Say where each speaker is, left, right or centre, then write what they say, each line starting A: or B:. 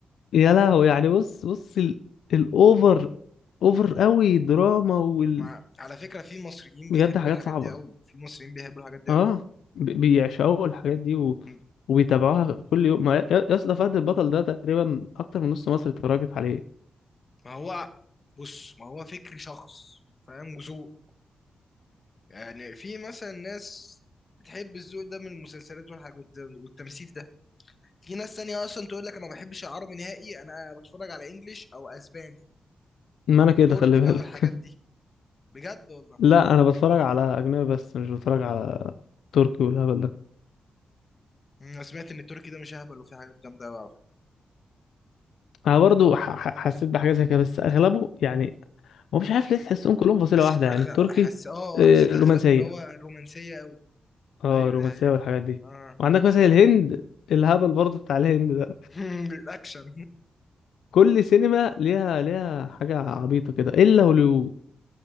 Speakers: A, on the left (about 80°); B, on the left (about 40°).
A: يا لهو يعني بص بص ال... الاوفر اوفر قوي دراما وال...
B: ما على فكرة في مصريين
A: بجد
B: بيحبوا
A: حاجات
B: الحاجات
A: صعبة
B: دي قوي في مصريين بيحبوا الحاجات دي
A: اه
B: قوي
A: ب... بيعشقوا الحاجات دي و...
B: م.
A: وبيتابعوها كل يوم ما يا يا اسطى فهد البطل ده تقريبا اكتر من نص مصر اتفرجت عليه
B: ما هو بص ما هو فكر شخص فاهم وذوق يعني في مثلا ناس بتحب الذوق ده من المسلسلات والحاجات والتمثيل ده في ناس تانية اصلا تقول لك انا ما بحبش العربي نهائي انا بتفرج على انجليش او اسباني
A: ما
B: والتركي
A: انا كده خلي
B: بقى
A: بالك
B: والحاجات دي بجد
A: <laughs>
B: والله
A: لا انا بتفرج على اجنبي بس مش بتفرج على تركي والهبل ده
B: انا سمعت ان التركي ده مش اهبل وفي حاجات جامده قوي على فكره
A: انا برضو ح... ح- حسيت بحاجة زي كده بس اغلبه يعني هو مش عارف ليه تحسهم كلهم فصيلة
B: حسيت
A: واحدة
B: أغ...
A: يعني التركي
B: حس... اه
A: آه،
B: حسيت اغلبه
A: رومانسية
B: ان هو رومانسيه قوي
A: اه
B: ايوه
A: الرومانسية
B: دي حقيقة
A: والحاجات دي
B: اه
A: وعندك مثلا الهند الهبل برضه بتاع الهند ده
B: <laughs> الاكشن
A: كل سينما ليها ليها حاجة عبيطة كده إلا هوليوود